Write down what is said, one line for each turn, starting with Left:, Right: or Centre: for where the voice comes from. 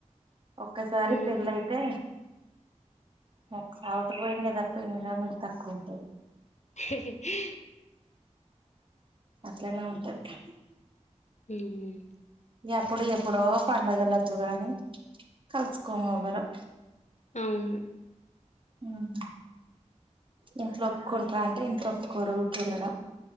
Right: ఒక్కసారి
Left: హ్మ్
Right: పెళ్లి అయితే, ఒక సవుడు. రక్తం ఎనిమిది గ్రాములు, తక్కువ ఉంటది.
Left: హే హే హీ.
Right: అట్లనే ఉంటది దా?
Left: మ్మ్, మ్మ్.
Right: ఎప్పుడు ఎప్పుడో పండుగలకు గానీ, కలుసుకోము ఎవరము.
Left: అవును.
Right: మ్మ్, ఇంట్ల ఒప్పుకుంటార అంటే, ఇంట్ల ఒప్పుకోరు ఊకే వెళ్లడం.